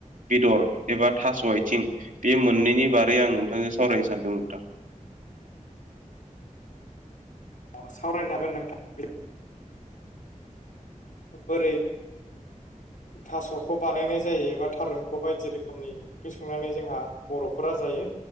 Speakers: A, on the right; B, on the left.
A: बेदर एबा थास' आइथिं, बे मोननैनि बारै आं नोंथांजों सावरायनो सानदों नोंथां।
B: अ सावरायनो हागोन नोंथां बोरै थास'खौ बानायनाय जायो एबा थारुनखौ बायदि रोखोम, रोखोमनि ओंख्रि संनानै जोंहा बर'फोरा जायो